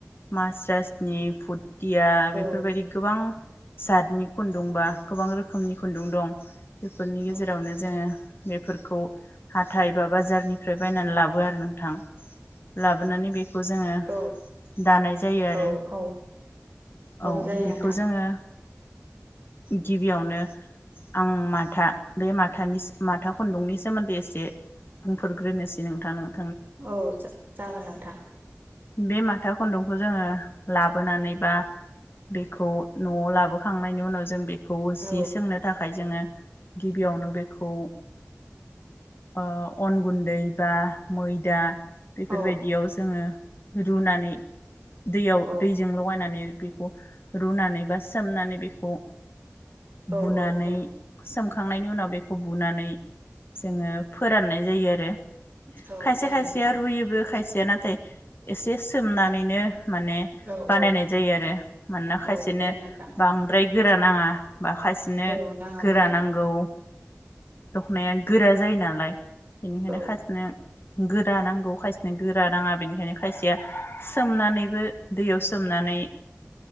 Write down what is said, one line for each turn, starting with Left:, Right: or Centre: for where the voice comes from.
Left: मास्रासनि फुद टिया बेफोरबायदि
Right: औ
Left: गोबां जातनि खुन्दुं बा गोबां रोखोमनि खुन्दुं दं बेफोरनि
Right: औ
Left: गेजेरावनो जोङो बेफोरखौ हाथाय बा बाजारनिफ्राय बायनानै लाबो आरो नोंथां लाबोनानै बे खौ जोङो
Right: औ
Left: दानाय जायो आरो
Right: औ औ
Left: औ
Right: जायो
Left: बेखौ
Right: नोंथां
Left: जोङो गिबियावनो आं माथा बे माथानि माथा खुन्दुंनि सोमोन्दै एसे ए बुंफोरग्रोनोसै <unintelligible>
Right: औ जा'जागोन नोंथां।
Left: बे माथा खुन्दुंखौ जोङो लाबोनानै बा बेखौ न'आव लाबोखांनायनि उनाव जों बे खौ
Right: औ
Left: जि सोंनो था खाय जोङो गिबियावनो बेखौ ओ अन गुन्दै बा मैदा बेफोरबायदियाव
Right: औ
Left: जोङो रुनानै दैयाव
Right: औ
Left: दैजों लगायनानै बेखौ रुनानै बा सोमनानै बेखौ
Right: औ
Left: बुनानै
Right: औ
Left: सोमखांनायनि उनाव बेखौ बुनानै जोङो फोराननाय जायो आरो
Right: औ
Left: खायसे
Right: जायो
Left: खायसेया
Right: नोंथां
Left: रुयोबो खायसे या नाथाय एसे सोमनानैनो माने
Right: औ
Left: बानायनाय
Right: औ
Left: जायो आरो मानोना
Right: औ
Left: खायसेनो
Right: जायो नोंथां
Left: बांद्राय गोरा नाङा बााखासिनो
Right: औ नाङा
Left: गोरा
Right: नोंथां
Left: नांगौ दखनाया गोरा जायो नालाय बिनिखायनो
Right: औ
Left: खाथिनो गोरा नांगौ खायसेनो गोरा नाङा बेनिखायनो खायसेया सोमनानैबो दैयाव सोमनानै